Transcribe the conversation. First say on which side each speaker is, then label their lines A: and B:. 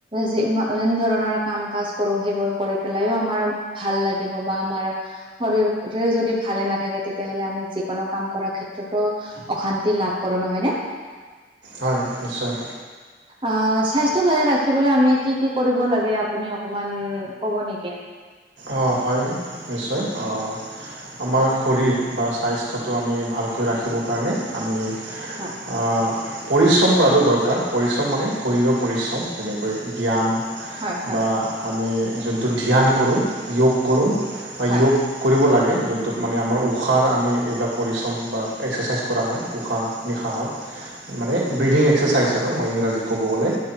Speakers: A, on the right; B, on the right.
A: যি ধৰণৰ কাম কাজ কৰো সেইবোৰ কৰি পেলাইও আমাৰ ভাল লাগিব বা আমাৰ শৰীৰৰে যদি ভালে নাথাকে তেতিয়াহ'লে আমি যিকোনো কাম কৰাৰ ক্ষেত্ৰতো অশান্তি লাভ কৰো নহয় ন
B: হয় নিশ্চয়
A: অ স্বাস্থ্য ভালে ৰাখিবলে আমি কি কি কৰিব লাগে আপুনি অকমান কব নেকি
B: অঁ হয় নিশ্চয় অঁ আমাৰ শৰীৰ বা স্বাস্থ্যটো আমি ভালকৈ ৰাখিবৰ কাৰণে আমি
A: হয়
B: আহ পৰিশ্ৰম কৰাটো দৰকাৰ পৰিশ্ৰম মানে শৰীৰৰ পৰিশ্ৰম যেনেকৈ ব্যায়াম
A: হয় হয়
B: বা আমি যোনটো ধ্যান কৰোঁ যোগ কৰোঁ বা
A: হয়
B: যোগ কৰিব লাগে যোনটোত মানে আমাৰ উষাৰ আমি এইবিলাক পৰিশ্ৰম বা এক্সাৰচাইজ কৰা হয় উষাহ নিশাহৰ মানে ব্ৰিডিং এক্সাৰচাইজ আৰু মই ইংৰাজী ক'ব গ'লে